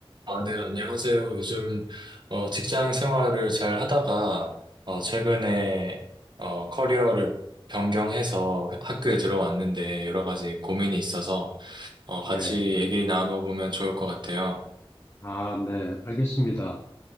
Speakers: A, on the right; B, on the left.
A: 아, 네, 안녕하세요. 요즘 어, 직장 생활을 잘 하다가 어, 최근에 어, 커리어를 변경해서 학교에 들어왔는데 여러 가지 고민이 있어서 어, 같이
B: 예.
A: 얘기 나눠보면 좋을 것 같아요.
B: 아, 네. 알겠습니다.